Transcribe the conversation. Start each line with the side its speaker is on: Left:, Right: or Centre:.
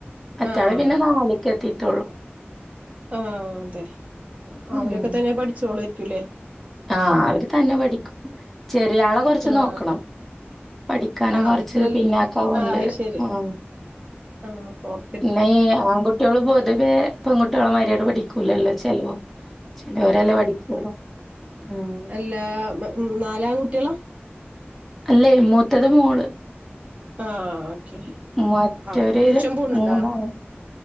Centre: മറ്റാള്
Right: ആഹ്
Centre: പിന്നെ നാല്ക്കെ ത്തിട്ടൊള്ളൂ.
Right: ആഹ് തെ.
Centre: ഉം
Right: അവരൊക്കെ തന്നെ പഠിച്ചോളെയിരിക്കൂല്ലേ.
Centre: ആഹ് അവര് തന്നെ പഠിക്കും. ചെറിയാളെ കൊറച്ച്
Right: ആഹ്
Centre: നോക്കണം. പഠിക്കാനും
Right: ആഹ്
Centre: കൊറച്ച്
Right: ഇത്രല്ല
Centre: പിന്നാക്കാവ്ണ്ട്.
Right: ആഹ് അത് ശരി
Centre: ഉം
Right: ആഹ്. പൊർ
Centre: ഇന്ന ഈ ആൺകുട്യള് പൊതുവേ പെൺകുട്യളെമായിരി പഠിക്കൂലല്ലോ. ചേലോ ചെലോരെല്ലേ പഠിക്കുള്ളൂ. ഉം
Right: എല്ലാ. നാലാ കുട്യളാ.
Centre: അല്ലേയ് മൂത്തത് മോള്.
Right: ആഹ് ഓക്കെ.
Centre: മറ്റൊര്
Right: ആഹ് ട്യൂഷൻ പോണുണ്ടോ
Centre: മൂന്നാലും